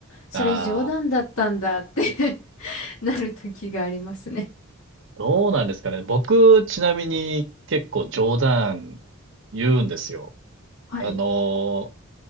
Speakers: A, on the left (about 85°); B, on the right (about 60°).
A: それ冗談だったんだって
B: ああ、
A: <laughs> なる時がありますね。
B: どうなんですかね。僕、ちなみに結構冗談言うんですよ。
A: はい。
B: あのー